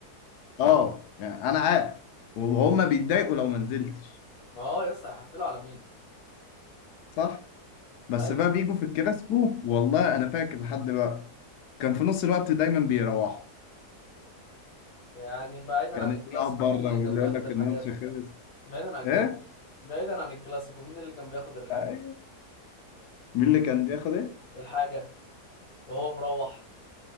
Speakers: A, on the left; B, on the left.
A: اه يعني انا عارف وهم بيتضايقوا لو ما نزلتش
B: ما هو يس هيحفلوا على مين
A: صح بس
B: ايوه
A: بقى بيجوا في الكلاسيكو والله انا فاكر لحد دلوقتي كان في نص الوقت دايما بيروحوا
B: يعني بعيدا
A: كان
B: عن
A: اللي
B: الكلاسيكو
A: يقعد بره
B: مين اللي
A: واللي
B: كان بياخد
A: يقول لك
B: الحاجات
A: الماتش خلص
B: بعيدا عن الكلاسيكو
A: ايه
B: بعيدا عن الكلاسيكو مين اللي كان بياخد الحاجه
A: أيوة. مين اللي كان بياخد ايه
B: الحاجه وهو مروح